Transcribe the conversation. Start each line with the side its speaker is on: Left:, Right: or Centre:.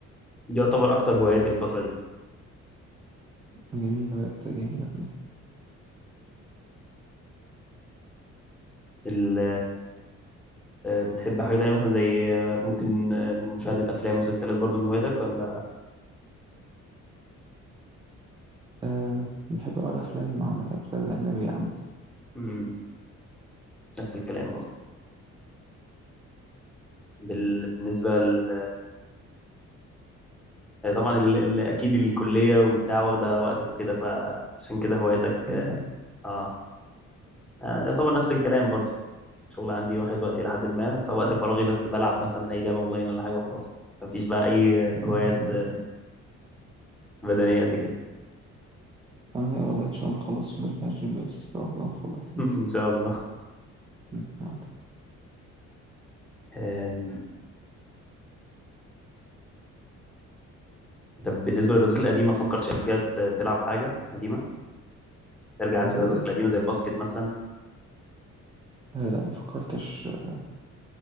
Centre: دي يعتبر اكتر هواياتي الفتره دي
Right: جميلة بقت جميلة كلها
Centre: ال... آه، بتحب حاجه تانية مثلا زي آه، ممكن آه، مشاهده افلام ومسلسلات برضو من هواياتك ولا
Right: أه بحب أقرأ أفلام عامة الأفلام الأجنبية عامة
Centre: مم. نفس الكلام برضو بال... بالنسبه ل... هي طبعا ال... ال... اكيد الكليه وبتاع واخده وقتك كده فعشان كده هواياتك
Right: جميلة.
Centre: اه آه، يعتبر نفس الكلام برضو شغل عندي واخد وقتي لحد ما فوقت فراغي بس بلعب مثلا اي لعبه اونلاين ولا حاجه وخلاص مفيش بقى اي آه، هوايات
Right: أيوة.
Centre: آه، بدنيه قد كده
Right: أنا والله إن شاء الله خلص ونرجع الجيم بس إن شاء الله نخلص يعني
Centre: <laughs> ان شاء الله
Right: مم.
Centre: آم، طب بالنسبة للرياضات القديمة فكرتش قبل كده ت- تلعب حاجة قديمة ترجع
Right: بالنسبة
Centre: للرياضات
Right: لإيه؟
Centre: القديمة زي الباسكت مثلا
Right: آه، لا ما فكرتش ما